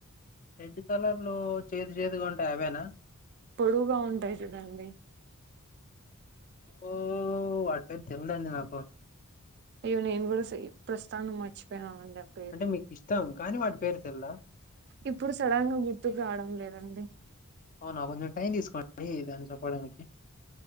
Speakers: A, on the left; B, on the right.
A: రెడ్ కలర్ లో చేదు చేదుగా ఉంటాయి అవేనా
B: పొడువుగా ఉంటాయి చూడండి
A: ఓ వాటి పేరు తెలిదండి నాకు
B: అయ్యో నేను కూడా సె ప్రస్థానం మర్చిపోయినానండి అప్
A: అంటే మీకు ఇష్టం కానీ వాటి పేరు తెల్దా
B: ఇప్పుడు సడన్ గా గుర్తుకు రావడం లేదండి
A: అవునా కొంచెం టైం తీసుకోండి దాన్ని చెప్పడానికి